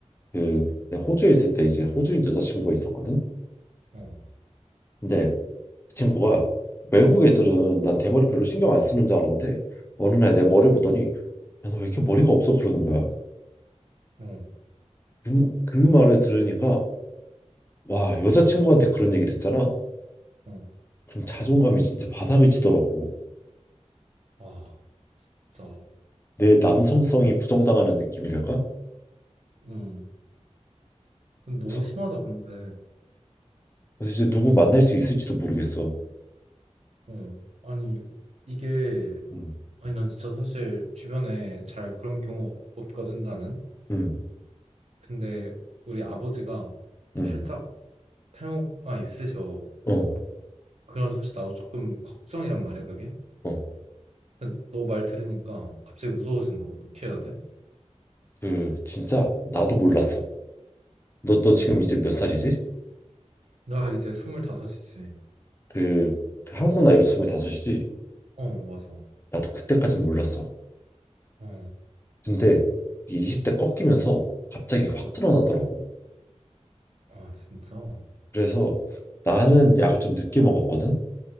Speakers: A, on the left; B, on the right.
A: 그
B: 어,
A: 내가 호주에 있을 때 이제 호주인 여자친구가 있었거든.
B: 어,
A: 근데 그 친구가 외국 애들은 난 대머리 별로 신경 안 쓰는 줄 알았는데 어느 날 내 머리 보더니 야, 너 왜 이렇게 머리가 없어? 그러는 거야.
B: 어,
A: 그, 그 말을 들으니까, 와,
B: 어,
A: 여자친구한테 그런 얘기 듣잖아.
B: 어.
A: 그럼 자존감이 진짜 바닥을 치더라고.
B: 아, 진짜
A: 내 남성성이
B: 너무,
A: 부정당하는 느낌이랄까?
B: 음, 근데
A: 그래서,
B: 너무 심하다. 근데,
A: 그래서 이제 누구 만날 수 있을지도 모르겠어.
B: 어, 아니 이게
A: 음,
B: 아니 난 진짜 사실 주변에 잘 그런 경우 없거든 나는.
A: 음,
B: 근데 우리 아버지가
A: 음,
B: 살짝 탈모가 있으셔.
A: 어,
B: 그래서 사실 나도 조금 걱정이란 말이야 그게.
A: 어.
B: 근데 너 말 들으니까 갑자기 무서워진다고. 어떻게 해야 돼?
A: 그, 진짜, 나도 몰랐어. 너, 너
B: 응.
A: 지금 이제 몇 살이지?
B: 나 이제 스물다섯이지.
A: 그, 그 한국 나이로 25이지?
B: 어, 맞아.
A: 나도 그때까진 몰랐어.
B: 어,
A: 근데, 이게 20대 꺾이면서 갑자기 확
B: 어,
A: 드러나더라고.
B: 아, 진짜? 어,
A: 그래서 나는 약을 좀 늦게 먹었거든.